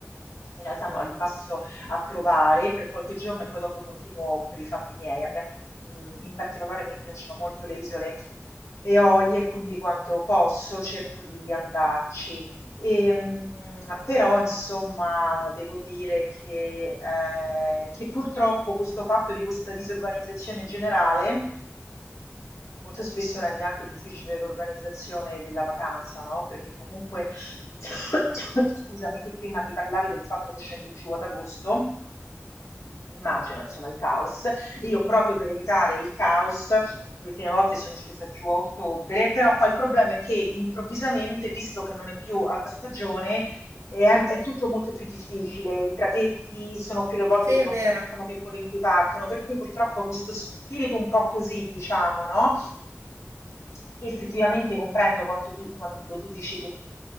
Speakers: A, on the left; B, on the right.
A: In realtà no, li passo a trovare per qualche giorno e poi dopo continuo per i fatti miei. A me, mh, in particolare mi piacciono molto le isole Eolie, quindi quando posso cerco di andarci. Ehm, però insomma devo dire che, eh, che purtroppo questo fatto di questa disorganizzazione generale molto spesso rende anche difficile l'organizzazione della vacanza, no? Perché comunque, <coughs> scusami, tu prima mi parlavi del fatto che scendi giù ad agosto. Immagino, insomma, il caos. Io proprio per evitare il caos, le ultime volte sono scesa giù a ottobre, però poi il problema è che improvvisamente, visto che non è più alta stagione, è, è tutto molto più difficile. I traghetti sono più le volte
B: sì,
A: che
B: è
A: non
B: vero,
A: partono che quelle in cui partono, per cui purtroppo questo spirito un po' così, diciamo, no? Che effettivamente comprendo quanto tu- quando tu dici che